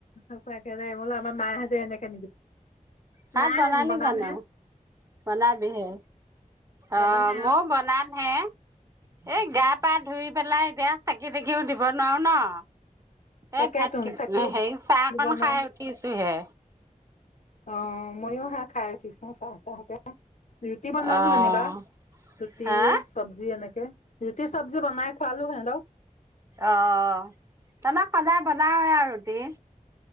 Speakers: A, on the left; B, on the right.
A: সচাকে দে, বোলো আমাৰ মাহঁতে এনেকে নিদি,
B: ভাত
A: নাই
B: বনালি
A: বনাম
B: জানো?
A: হে
B: বনাবিহে
A: বনামহে
B: অহ, মইয়ো
A: আৰু
B: বনাম হে এই গাত গা -পা ধুই পেলাই এতি়য়া চাকি বিক্ৰীও দিব নোৱাৰো নহ
A: তাকেতোন
B: এ ভাত ক
A: চাকিও
B: হেৰি চাহ
A: দিব
B: কন
A: নোৱাৰো
B: খাই উঠিছো হে।
A: অ', ময়ো সেয়া খাই উঠিছোঁ চাহ টাহকে ৰুটি বনালো
B: অ'।
A: যেনিবা, ৰুটি,
B: হা
A: চব্জি এনেকে। ৰুটি চব্জি বনাই খোৱালো সিহঁতক।
B: অ', তেনে সদায় বনাওয়ে আৰু। কি